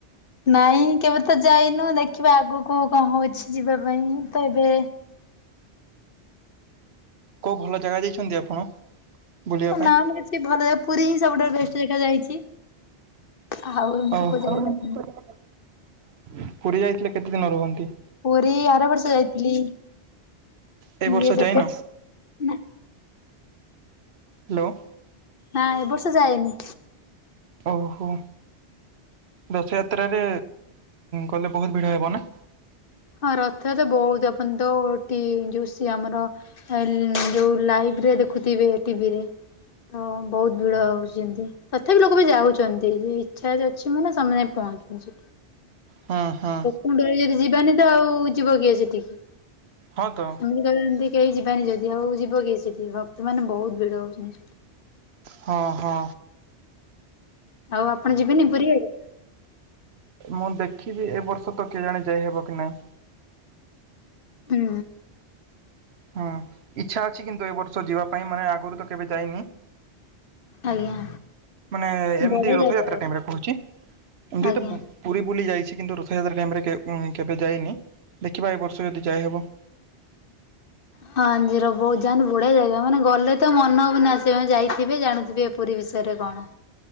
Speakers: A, on the left; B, on the right.
A: ନାଇଁ କେବେ ତ ଯାଇନୁ ଦେଖିବା ଆଗକୁ କଣ୍ ହଉଛି ଯିବା ପାଇଁ ତ ଏବେ
B: କୋଉ ଭଲ ଜାଗା ଜାଇଛନ୍ତି ଆପଣ? ବୁଲିବା ପାଇଁ?
A: ନାଁ କିଛି ଭଲ ଜାଗା ଯାଇ ନିପୁରୀ ହିଁ ସବୁଠାରୁ ବଷ୍ଟ ଯାଗା ଯାଇଛି। ଆଉ ଏମିତି
B: ଓହୋ
A: କୋଉ ଜାଗା ଯାଇନି।
B: ପୁରୀ ଯାଇଥିଲେ କେତେ ଦିନ ରୁହନ୍ତି?
A: ପୁରୀ ଆର ବର୍ଷ ଯାଇଥିଲି
B: ଏ
A: ଦିଇ
B: ବର୍ଷ
A: ହଜାର
B: ଯାଇନ?
A: ପଚି <inaudible>
B: ହ୍ୟାଲୋ
A: ନାଁ ଏବର୍ଷ ଯାଏନି।
B: ଓହୋ ରଥଯାତ୍ରାରେ ଗଲେ ବହୁତ ଭିଡ଼ ହେବ ନା।
A: ହଁ ରଥରେ ବହୁତ ଆପଣ ତ ଟି ଯୋଉ ସି ଆମର ହେ ଯୋଉ ଲାଇଭରେ ଦେଖୁଥିବେ ଓଟିଭି ରେ। ହଁ ବହୁତ ଭିଡ଼ ହେଉଛି ଯେମିତି। ତଥାପି ଲୋକ ବି ଯାଉଛନ୍ତି ଇଚ୍ଛା ଅଛି ମାନେ ସେମାନେ ପହଞ୍ଚୁଛନ୍ତି।
B: ହଁ ହଁ
A: କୁଣ୍ଡରେ ଯଦି ଯିବାନି ତ ଆଉ ଯିବ କିଏ ସେଠିକି।
B: ହଁ ତ
A: ମୁଁ କହିଲି ଜଦି ଏମତି କେହି ଯିବାନି ଯଦି ଆଉ ଯିବ କିଏ ସେଠି ଭକ୍ତ ମାନେ ବହୁତ ଭିଡ ହଉଛନ୍ତି।
B: ହଁ ହଁ
A: ଆଉ ଆପଣ ଯିବେନି ପୁରୀ ଆଡେ?
B: ମୁଁ ଦେଖିବି ଏ ବର୍ଷ ତ କେଜାଣି ଯାଇ ହବ କି ନାଇ।
A: ହୁଁ
B: ହୁଁ ଇଚ୍ଛା ଅଛି କିନ୍ତୁ ଏ ବର୍ଷ ଯିବା ପାଇଁ ମାନେ ଆଗରୁ ତ କେବେ ଯାଇନି।
A: ଆଜ୍ଞା।
B: ମାନେ ଏମିତି
A: ବଢିଆ
B: ରଥଯାତ୍ରା
A: ଜାଗା
B: ଟାଇମ ରେ କହୁଛି ଏମତି
A: ଆଜ୍ଞା।
B: ତ ବ ପୁରୀ ବୁଲି ଯାଇଛି କିନ୍ତୁ ରଥଯାତ୍ରା ଟାଇମ ରେ କେ ଉଁ କେବେ ଯାଇନି ଦେଖିବା ଏ ବର୍ଷ ଯଦି ଯାଇହବ।
A: ହଁ <unintelligible> ବହୁତ ଯାହାନ୍ତି ବଢିଆ ଜାଗା ମାନେ ଗଲେ ତ ମନ ହବ ନାଁ ସେ ଯାଇଥିବେ ଜାଣୁଥିବେ। ପୁରୀ ବିଷୟରେ କଣ।